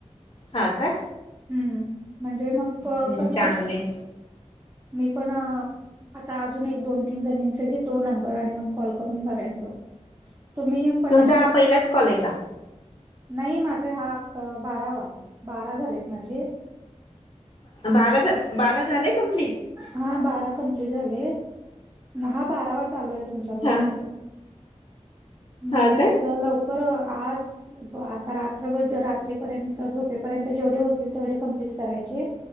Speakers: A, on the left; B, on the right.
A: हा काय?
B: हम्म म्हणजे मग
A: हम्म
B: कसं
A: चांगले
B: मी पण आता अजून एक दोन तीन जणीचा घेतो नंबर आणि मग कॉल करून बघायच. तुम्ही पटापटा
A: तुमचा हा पहिलाच
B: म्हणजेच नाही.
A: कॉल आहे का
B: नाही माझे हाक बारावा बारा झालेत माझे.
A: बारा, बारा झालंय कम्प्लीट.
B: हा बारा कमप्लीट झालेय हा बारावा चालू आहे तुमच्या
A: हा
B: बरोबर. म्हणजे
A: हा का
B: कसं लवकर ब आज आता रात्रभर रात्रीपर्यंत झोपेपर्यंत जेवढे होते तेवढे कंप्लीट करायचे